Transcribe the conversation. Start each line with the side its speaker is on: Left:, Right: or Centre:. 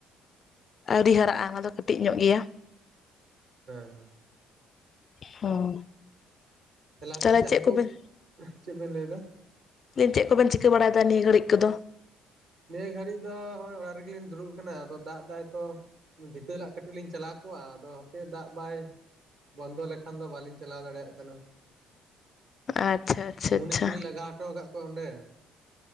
Left: ᱟᱹᱣᱨᱤ ᱦᱟᱨᱟᱜᱼᱟ ᱚᱱᱟ ᱫᱚ ᱠᱟᱹᱴᱤᱡ ᱧᱚᱜ ᱜᱮᱭᱟ
Right: ᱦᱮᱸ ᱦᱮᱸ
Left: ᱦᱩᱸ
Right: ᱛᱟᱞᱦᱮ ᱟᱯᱮ
Left: ᱛᱟᱦᱚᱞᱮ
Right: ᱥᱮᱫ
Left: ᱪᱮᱫ
Right: ᱦᱟᱠᱩ
Left: ᱠᱚᱵᱮᱱ
Right: ᱪᱮᱫ ᱵᱮᱱ ᱞᱟᱹᱭᱫᱟ?
Left: ᱞᱟᱹᱭᱫᱟᱹᱧ ᱪᱮᱫ ᱠᱚᱵᱮᱱ ᱪᱤᱠᱟᱹ ᱵᱟᱲᱟᱭ ᱫᱟ ᱱᱤᱭᱟᱹ ᱜᱷᱟᱹᱲᱤᱡ ᱠᱩᱫᱚ?
Right: ᱱᱤᱭᱟᱹ ᱜᱷᱟᱹᱲᱤᱡ ᱫᱚ ᱦᱚᱸᱜ-ᱚᱭ ᱚᱲᱟᱜ ᱨᱮᱜᱮᱞᱤᱧ ᱫᱩᱲᱩᱵ ᱠᱟᱱᱟ ᱟᱫᱚ ᱫᱟᱜ ᱫᱟᱭ ᱛᱚ ᱵᱷᱤᱛᱟᱹ ᱞᱟᱜ ᱠᱟᱹᱴᱤᱡ ᱞᱤᱧ ᱪᱟᱞᱟᱣ ᱠᱚᱜ-ᱟ ᱟᱫᱚ ᱦᱟᱯᱮ ᱫᱟᱜ ᱵᱟᱭ ᱵᱚᱱᱫᱚ ᱞᱮᱠᱷᱟᱱ ᱫᱚ ᱵᱟᱞᱤᱧ ᱪᱟᱞᱟᱣ ᱫᱟᱲᱮᱭᱟᱜ ᱠᱟᱱᱟ᱾
Left: ᱟᱪᱪᱷᱟ ᱟᱪᱪᱷᱟ
Right: ᱢᱩᱱᱤᱥ
Left: ᱟᱪᱪᱷᱟ
Right: ᱠᱩᱞᱤᱧ ᱞᱟᱜᱟᱣ ᱦᱚᱴᱚ ᱠᱟᱜ ᱠᱚᱣᱟ ᱚᱸᱰᱮ᱾